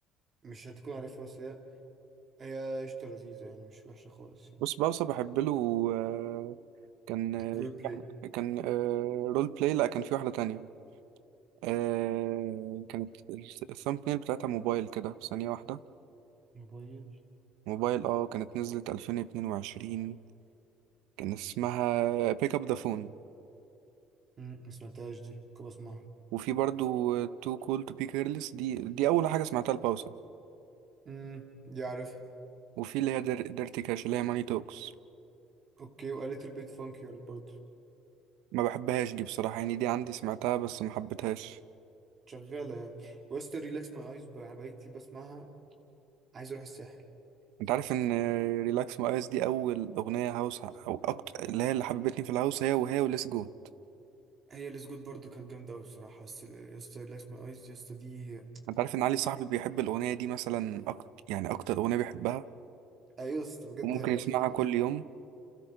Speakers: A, on the right; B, on the right.
A: مش هتكون عارفها بس هي هي قشطة لذيذة يعني مش وحشة خالص يعني
B: بص بوسة بحب له آه، كان
A: رول بلاي
B: آه، كان آه، رول بلاي لا كان في واحده تانية آه كانت الثامب نيل بتاعتها موبايل كده ثانية واحدة
A: موبايل
B: موبايل اه كانت نزلت 2022 كان اسمها بيك اب ذا فون
A: مم، ما سمعتهاش دي كنت بسمعها
B: وفي برضو تو كول تو بي كيرلس دي دي أول حاجة سمعتها لباوسا
A: امم دي عارفها
B: وفي اللي هي ديرتي كاش اللي هي ماني توكس
A: اوكي وقالت البيت فانكي يارد برضه
B: ما بحبهاش دي بصراحة يعني دي عندي سمعتها بس ما حبيتهاش
A: شغالة يعني وستر ريلاكس ماي ايز بقى انا بقيت كتير بسمعها عايز اروح الساحل
B: انت
A: بجد.
B: عارف ان ريلاكس مقاس دي اول اغنية هاوس او اكتر اللي هي اللي حببتني في الهاوس هي وهي وليس جوت
A: هي الاسجود برضه كانت جامدة اوي بصراحة بس يسطا ريلاكس ماي ايز يسطا دي
B: انت عارف ان علي صاحبي
A: دي-
B: بيحب الاغنية دي مثلا أكتر يعني اكتر اغنية بيحبها
A: ايوه يا اسطى بجد
B: وممكن
A: هي
B: يسمعها
A: جامده بصراحة.
B: كل يوم